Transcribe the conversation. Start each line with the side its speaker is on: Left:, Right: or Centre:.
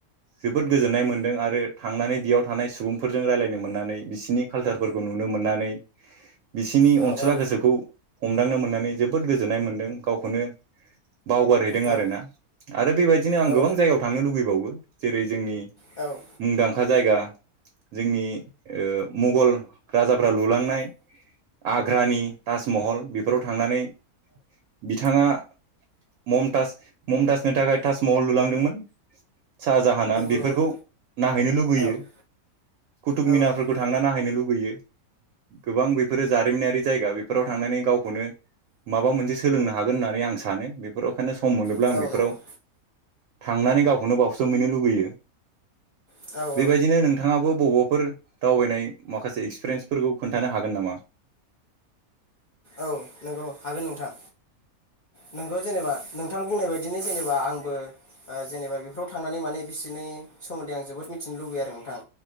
Right: जोबोद गोजोननाय मोनदों आरो थांनानै बियाव थानाय सुबुंफोरजों रायलायनो मोननानै बिसिनि कालसारफोरखौ नुनो मोननानै बिसिनि
Left: औ
Right: अनसुला
Left: नंगौ
Right: गोसोखौ हमदांनो मोननानै जोबोद गोजोननाय मोनदों गावखौनो। बावगारहैदों
Left: नंगौ
Right: आरो
Left: औ
Right: ना आरो बेबायदिनो आं
Left: औ
Right: गोबां जायगायाव थांनो लुगैबावो जेरै जोंनि
Left: औ
Right: दांखा जायगा जोंनि ओ मुंगल राजाफ्रा लुलांनाय आग्रानि ताजमहल बेफोराव थांनानै बिथाङा ममताज ममताजनि थाखाय ताजमहल लुलांदोंमोन। साजाहाना बेफोरखौ
Left: नंगौ
Right: नाहैनो लुुगैयो
Left: औ
Right: कुथुब
Left: औ नंगौ
Right: मिनारफोरखौ
Left: औ
Right: थांना नाहैनो लुुगैयो। गोबां बेफोरो जारिमिनारि जायगा बेफ फोराव थांनानै गावखौनो माबा मोनसे सोलोंनो हागोन होननानै आं सानो बेफोराव खायनो सम मोनोब्ला
Left: औ
Right: आं
Left: औ
Right: बेफोराव
Left: नंगौ
Right: थांनानै गावखौनो बावसोमहैनो लुबैयो।
Left: औ औ
Right: बेबायदिनो नोंथाङाबो बबाव फोर दावबायनाय माखासे एक्सपिरियेन्सफोरखौ खोन्थानो हागोन नामा?
Left: औ नंगौ हागोन नोंथां।
Right: <inaudible>
Left: नोंगौ जेनेबा नोंथां बुंनाय बायदिनो जेनेबा आंबो जेनेबा बेफोराव थांनानै माने बिसिनि नि सोमोन्दै आं जबोद मिथिनो लुबैयो आरो नोंथां।